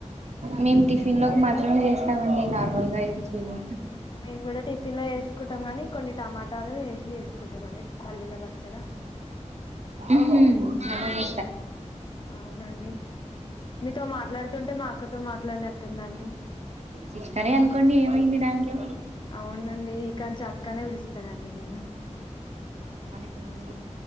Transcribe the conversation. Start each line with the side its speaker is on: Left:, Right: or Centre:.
Right: మేము టిఫిన్ లోకి మాత్రమే చేస్తామండి నార్మల్ గా అయితే చెయ్యం
Left: మేము కూడా టిఫిన్ లో ఏసుకుంటాం గానీ కొన్ని టమాటాలు వేసి వేసుకుంటాం అండి పల్లీల పచ్చడా
Right: ఊహు అవును
Left: అవునండి మీతో మాట్లాడుతుంటే మా అక్కతో మాట్ ట్లాడినట్టుందండి
Right: సిస్టరే అనుకోండి ఏమైంది దాంట్లో
Left: అవునండి ఇ కాం చక్కనే పిలుస్తానండి నిను
Right: ఇవ్వండి